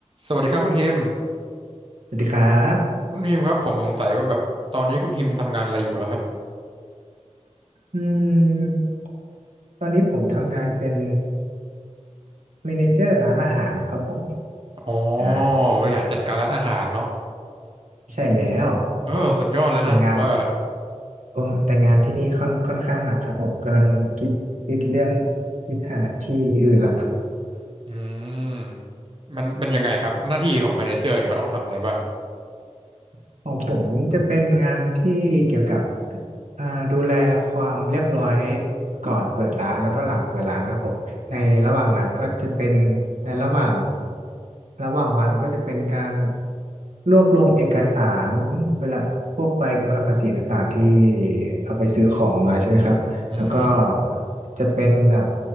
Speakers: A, on the right (about 45°); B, on the right (about 85°).
A: สวัสดีครับคุณฮิม
B: สวัสดีครับ
A: คุณฮิมครับผมสงสัยว่าแบบตอนนี้คุณฮิมทำงานอะไรอยู่แล้วครับ
B: อืมตอนนี้ผมทำงานเป็นเมเนเจอร์ร้านอาหารครับผม
A: อ๋อ
B: ใช่
A: บริหารจัดการร้านอาหารเนาะ
B: ใช่แล้ว
A: เออสุดยอดเลยนะผมว่า
B: แต่งานโอ้แต่งานที่นี่ค่อนค่อนข้างหนักครับผมกำลังคิดคิดเรื่องคิดหาที่อื่นละ
A: อืมมันเป็นยังไงครับหน้าที่ของแมเนเจอร์เนี่ยเขาต้องทำอะไรบ้าง
B: <laughs> ของผมจะเป็นงานที่เกี่ยวกับอ่าดูแลความเรียบร้อยก่อนเปิดร้านแล้วก็หลังเปิดร้านครับผม ในระหว่างนั้นก็จะเป็น
A: อืม
B: ในระหว่างระหว่างวันก็จะเป็นการ รวบรวมเอกสารเวลาพวกใบกำกับภาษีต่างๆที่เราไปซื้อของมาใช่ไหมครับแล้วก็
A: อืม
B: จะเป็นแบบ